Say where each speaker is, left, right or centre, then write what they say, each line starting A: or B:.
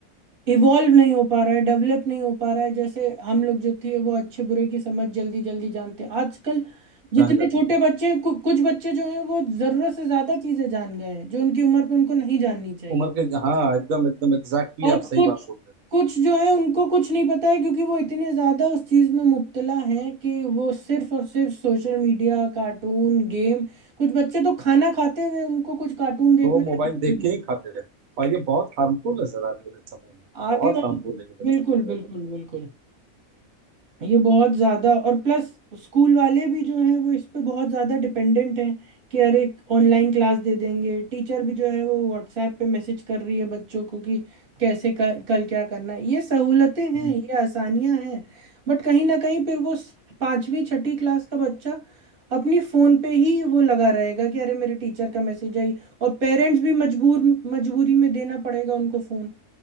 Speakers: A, on the right; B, on the right.
A: इवॉल्व नहीं हो पा रहा है डेवलप नहीं हो पा रहा है जैसे हम लोग जो थे वो अच्छे बुरे की समझ जल्दी जल्दी जानते हैं आजकल जितने
B: ध्यान
A: छोटे बच्चे हैं कु, कुछ बच्चे जो हैं वो जरूरत से ज्यादा चीजें जान गए हैं जो उनकी उम्र पे उनको नहीं जाननी चाहिए
B: उम्र के हाँ एकदम एकदम एग्जैक्टली
A: और
B: आप
A: कुछ
B: सही बात बोल रहे हैं
A: कुछ जो है उनको कुछ नहीं पता है क्योंकि वो इतने ज्यादा उस चीज में मुब्तला हैं कि वो सिर्फ और सिर्फ सोशल मीडिया कार्टून गेम कुछ बच्चे तो खाना खाते हुए उनको कुछ कार्टून देखना
B: तो वो मोबाइल
A: है
B: देख के ही खाते हैं और ये बहुत हार्मफुल है सर आने वाले समय में
A: <laughs> आगे
B: बहुत
A: वाले
B: हार्मफुल है ये बच्चों
A: बिल्कुल
B: के लिए
A: बिल्कुल बिल्कुल ये बहुत ज़्यादा और प्लस स्कूल वाले भी जो हैं वो इस पे बहुत ज़्यादा डिपेंडेंट हैं कि अरे ऑनलाइन क्लास दे देंगे टीचर भी जो है वो व्हाट्सएप पे मैसेज कर रही है बच्चों को कि कैसे क- कल क्या करना है ये सहूलतें हैं
B: हम्म,
A: ये आसानियां हैं बट कहीं ना कहीं फिर वो स- पांचवी छठी क्लास का बच्चा अपनी फ़ोन पे ही वो लगा रहेगा कि अरे मेरे टीचर का मैसेज आई और पेरेंट्स भी मजबूर मजबूरी में देना पड़ेगा उनको फ़ोन